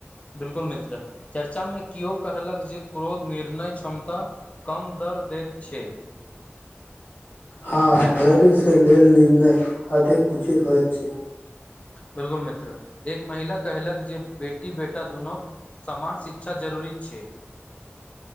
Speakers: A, on the left; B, on the left.
A: बिल्कुल मित्र चर्चामे किओ कहलक जे क्रोध निर्णय क्षमता कम क दै कर दैत छैक
B: हँ धैर्य से लेल निर्णय अधिक उचित होइत छैक
A: बिलकुल मित्र एक महिला कहलक जे बेटी बेटा दुनो समान शिक्षा जरूरी छै